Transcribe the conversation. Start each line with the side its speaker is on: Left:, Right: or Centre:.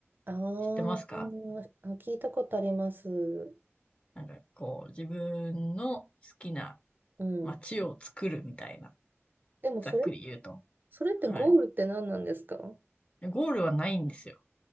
Right: あーあ、
Left: 知ってますか
Right: 聞いたことあります。
Left: なんかこう、自分の好きな
Right: うん。
Left: 街を作るみたいな、
Right: でもそれ、
Left: ざっくり言うと。
Right: それってゴールって何なんですか
Left: はい。ゴールはないんですよ。